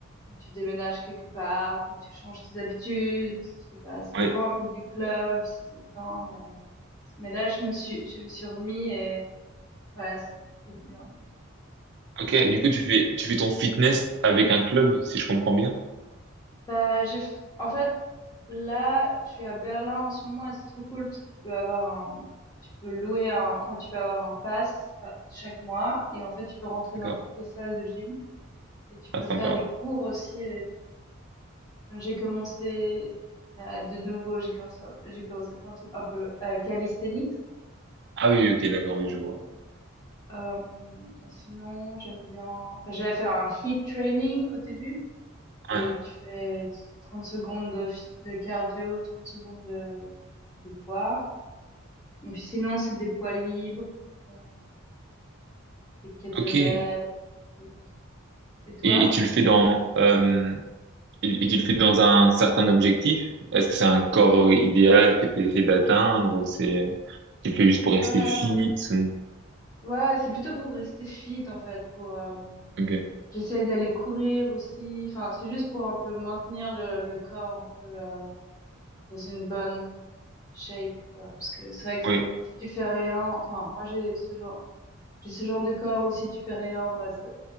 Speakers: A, on the left; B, on the right.
A: Quand tu déménages quelque part, après tu changes tes habitudes, je sais pas, ça dépend
B: Ouais.
A: un peu du club, si c'est bien, mais... Mais là, je me suis, je me suis remis et ouais, ça fait trop du bien.
B: Ok, du coup, tu fais, tu fais ton fitness avec un club, si je comprends bien.
A: Bah, j'ai... f- En fait, là, je suis à Berlin en ce moment et c'est trop cool parce que tu peux avoir un... Tu peux louer un... Enfin, tu peux avoir un pass euh, chaque mois et en fait, tu peux rentrer
B: D'accord.
A: dans toutes les salles de gym et tu
B: Ah,
A: peux
B: sympa.
A: faire des cours aussi Donc, J'ai commencé, bah, de nouveau, j'ai commencé, j'ai commencé plein de trucs un peu euh, calisthenics.
B: Ah oui, ok, d'accord, oui, je vois.
A: Euh, sinon, j'aime bien. Enfin, j'avais fait un HIIT training au début. Et
B: Ouais.
A: tu fais 30 secondes de, fi- de cardio, 30 secondes de, de poids. Et puis sinon, c'est des poids libres, euh, des kettlebells.
B: Ok.
A: des exercices. Et toi?
B: Et, et tu le fais dans euh, et, et tu le fais dans un certain objectif? Est-ce que c'est un corps euh, idéal que tu essaies d'atteindre ou c'est euh, tu le fais juste pour rester
A: Ouais,
B: fit ou...
A: ouais, c'est plutôt pour rester fit en fait, pour euh,
B: Ok.
A: J'essaie d'aller courir aussi. Enfin, c'est juste pour un peu maintenir le, le corps un peu euh, dans une bonne shape, quoi. Parce que c'est vrai que
B: Oui.
A: si tu fais rien, enfin, moi j'ai ce genre, j'ai ce genre de corps où si tu fais rien, bah ça,